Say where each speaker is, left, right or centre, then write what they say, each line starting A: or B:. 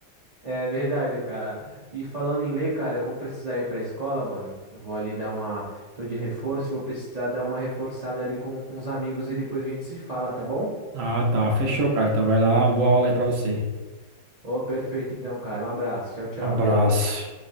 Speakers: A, on the right; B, on the right.
A: É verdade, cara. E falando em ler, cara, eu vou precisar ir pra escola, mano. Eu vou ali dar uma. Tô de reforço, vou precisar dar uma reforçada ali com, com os amigos e depois a gente se fala, tá bom?
B: Ah, tá, fechou, cara. Então vai lá, uma boa aula aí pra você.
A: Ô, perfeito então, cara. Um abraço. Tchau, tchau.
B: Abraço.